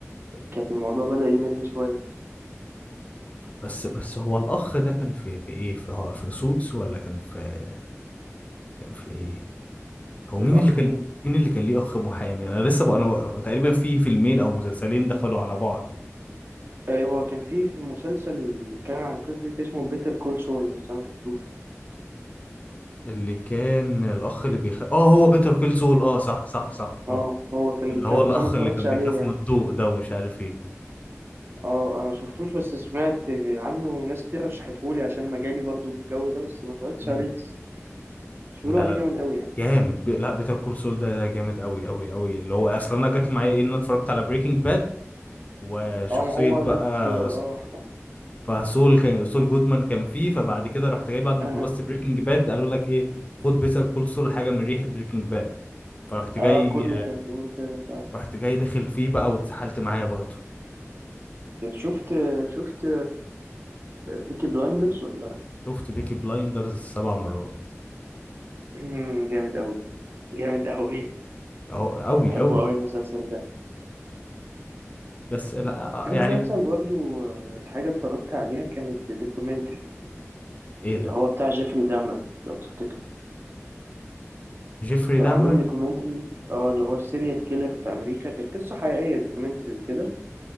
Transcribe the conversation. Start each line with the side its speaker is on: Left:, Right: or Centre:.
Right: كانت الموضوع بدأ يمل شوية
Left: بس بس هو الأخ ده كان في في إيه في هو في سوتس ولا كان في كان في إيه هو مين
Right: الأخ
Left: اللي كان
Right: مين
Left: مين اللي كان ليه أخ محامي أنا لسه بقى أنا بقى هو تقريبا في فيلمين أو مسلسلين دخلوا على بعض
Right: آه هو كان في في مسلسل بيتكلم عن القصة دي كان اسمه بيتر كول سول بس أنا مشفتوش
Left: اللي كان الأخ اللي بيخاف آه هو بيتر كول سول آه صح صح صح
Right: اه
Left: آه
Right: هو كان
Left: اللي
Right: بيتكلم
Left: هو الأخ
Right: بس انا ما اتفرجتش
Left: اللي كان
Right: عليه
Left: بيخاف
Right: يعني
Left: من الضوء ده ومش عارف إيه
Right: اه انا ما شفتوش بس سمعت عنه وناس كتير رشحتهولي عشان مجالي برضو الجو ده بس ما اتفرجتش
Left: مم.
Right: عليه لسه بس بيقولوا
Left: لا
Right: عليه
Left: لا
Right: جامد قوي يعني
Left: جامد بي... لا بيتر كول سول ده ده جامد قوي قوي قوي اللي هو اصلا انا جت معايا ايه ان انا اتفرجت على بريكنج باد وشخصيه
Right: اه ما هو
Left: بقى
Right: نفسه اه
Left: فسول كان سول جودمان كان فيه فبعد كده رحت جاي بعد ما
Right: <laughs>
Left: خلصت بريكنج باد قالوا لك ايه خد بيتر كول سول حاجه من ريحه بريكنج باد فرحت آه.
Right: اه
Left: جاي
Right: كله كان بيقول كده فعلا
Left: رحت جاي داخل فيه بقى واتسحلت معايا برضه
Right: شفت شفت بيكي بلايندرز ولا
Left: شفت بيكي بلايندرز سبع مرات
Right: <clears throat> جامد قوي جامد قوي
Left: اهو قوي
Right: بحبه
Left: قوي
Right: قوي المسلسل ده
Left: بس لا
Right: في
Left: آه،
Right: مسلسل
Left: يعني
Right: برضو آه، حاجة اتفرجت عليها كانت دوكيومنتري
Left: ايه ده
Right: اللي هو بتاع جيفري دامر لو تفتكر
Left: جيفري
Right: كانوا
Left: دامر
Right: عاملين دوكيومنتري اه اللي هو السيريال كيلر في امريكا كانت قصه حقيقيه دوكيومنتري وكده